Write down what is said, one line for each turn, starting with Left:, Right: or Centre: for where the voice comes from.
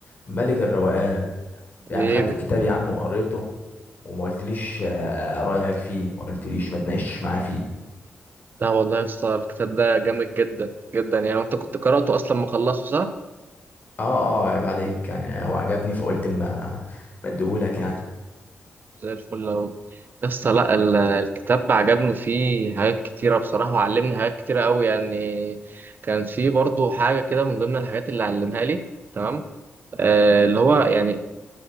Left: ملك الروقان يعني
Right: حبيبي
Left: خدت الكتاب يا عم وقريته وما قلتليش آه، آه، رأيك فيه ما قلتليش ما تناقشتش معاه فيه
Right: لا والله يا اسطى الكتاب ده جامد جدا جدا يعني انت كنت قرأته اصلا مخلصه صح؟
Left: اه اه عيب عليك يعني هو عجبني فقلت ما ما اديهولك يعني
Right: زي الفل اهو يا اسطى لا ال- الكتاب عجبني فيه حاجات كتيرة بصراحة وعلمني حاجات كتيرة قوي يعني كان فيه برضو حاجة كده من ضمن الحاجات اللي علمها لي تمام آه اللي هو يعني